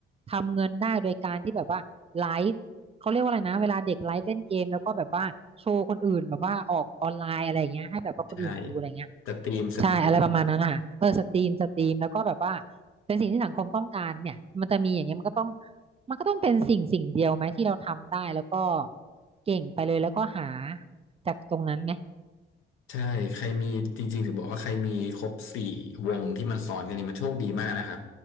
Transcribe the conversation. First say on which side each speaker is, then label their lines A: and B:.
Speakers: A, on the right; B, on the left.
A: ทำเงินได้โดยการที่แบบว่าไลฟ์เขาเรียกว่าอะไรนะเวลาเด็กไลฟ์เล่นเกมแล้วก็แบบว่าโชว์คนอื่นแบบว่าออกออนไลน์อะไรอย่างเงี้ยให้แบบว่าคนอื่นดูอะไรเงี้ย
B: ใช่สตรีมสตรีม
A: ใช่อะไรประมาณนั้นอ่ะเออสตรีมสตรีมแล้วก็แบบว่าเป็นสิ่งที่สังคมต้องการเนี่ยมันจะมีอย่างเงี้ยมันก็ต้องมันก็ต้องเป็นสิ่งสิ่งเดียวไหมที่เราทำได้แล้วก็เก่งไปเลยแล้วก็หาจากตรงนั้นไหม
B: ใช่ใครมีจริงๆถึงบอกว่าใครมีครบสี่วงที่มันซ้อนกันเนี่ยมันโชคดีมากนะครับ